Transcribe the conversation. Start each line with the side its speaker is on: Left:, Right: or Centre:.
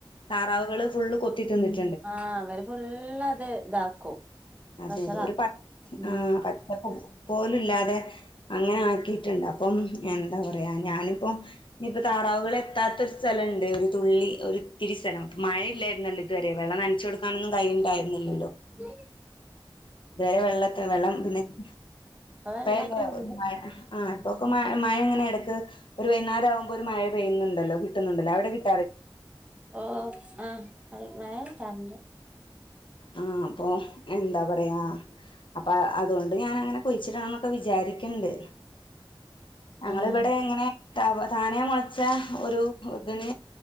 Left: താറാവുകള് ഫുള്ള് കൊത്തിതിന്നട്ട്
Right: ആഹ അവര് ഫുള്ള് അത് ഇതാക്കും
Left: അതെ
Right: വഷളാക്കും
Left: അതെ ഒരു പ
Right: ഉം
Left: ആഹ പച്ചപ്പ പോലുംല്ലാതെ അങ്ങനെ ആക്കിയിട്ടുണ്ട് അപ്പം എന്താ പറയാ ഞാനിപ്പോം ഇനിയിപ്പോ താറാവുകളൾ എത്താത്ത ഒരു സ്ഥലണ്ട് ഒരു തുള്ളി ഒരു ഇത്തിരി സ്ഥലം അപ്പ മഴയില്ലായിരുന്നല്ലോ ഇതുവരെ വെള്ള നനച്ചു കൊടുക്കാനൊന്ന കൈയിണ്ടായിരുന്നല്ലോ
Right: ഉ
Left: ഇത് വരെ വെള്ളത്തി വെള്ളം പിന്നെ ഇപ്പല്ലഴ
Right: ഇപ്പൊ വെള്ളൊക്കെ ഇണ്ട്
Left: ആഹ് ഇപ്പൊക്ക മഴ എങ്ങനെ ഇടക്ക് ഒരു വൈകുന്നരം ആകുമ്പോ ഒരു മഴ പെയ്യുന്നുണ്ടല്ലോ കിട്ടുന്നുണ്ടല്ലോ അവിടെ കിട്ട
Right: ഓ ആഹ് മയട്ടാറുണ്ട്
Left: ആഹ് അപ്പൊ എന്താ പറയാ അപ്പ അതുകൊണ്ട് ഞാനങ്ങനെ കുഴിച്ചിടണന്നൊക്കെ വിചാരിക്കണ്ട് ഞങ്ങളിവിടെ
Right: ആഹ്
Left: ഇങ്ങനെ ത താനെ മുളച്ച ഒരു ഇതിന്